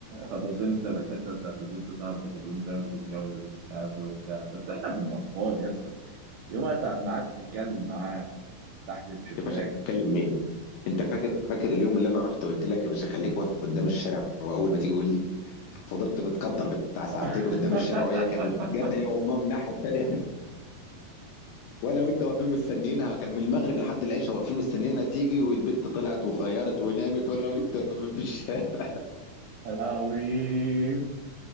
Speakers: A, on the right; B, on the left.
A: خطفتني انت في الحته بتاعت البنت صاحبتك اللي انت قلت اتجوزت ومش عارف ايه وبتاع بس احنا كنا اطفال يا اسطى يومها ساعه ما قعدت تتكلم معاها تحت الشباك
B: يا باشا اتكلم مين انت فاكر فاكر اليوم اللي انا رحت وقلت لك يا باشا خليك واقف قدام الشارع واول ما تيجي قول لي فضلت متقدر بتاع ساعتين
A: <laughs>
B: قدام الشارع وهي كانت جت هي وامها من الناحيه التانيه وانا وانت واقفين مستنيينها كان من المغرب لحد العشاء واقفين مستنيينها تيجي والبت طلعت وغيرت ونامت وانا وانت واقفين في الشارع
A: يا لهوي